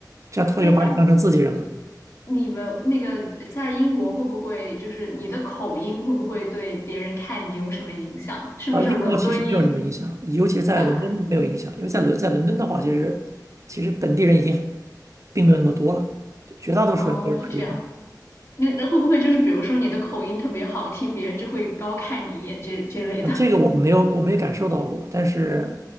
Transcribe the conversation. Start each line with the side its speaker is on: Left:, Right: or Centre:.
Right: 这样他就把你当成自己人了。
Left: 哎，那你们那个在英国会不会就是你的口音会不会对别人看你有什么影响？是不是伦敦音
Right: 啊、英国其实没有什么影响，尤其是在伦敦没有影响，
Left: 啊？
Right: 因为在伦在伦敦的话，其实其实本地人已经很并没有那么多了，绝大多数人都是外地人。
Left: 哦，是这样。那那会不会就是比如说你的口音特别好听，别人就会高看你一眼这这类的？
Right: 呃这个我没有，我没有感受到过，但是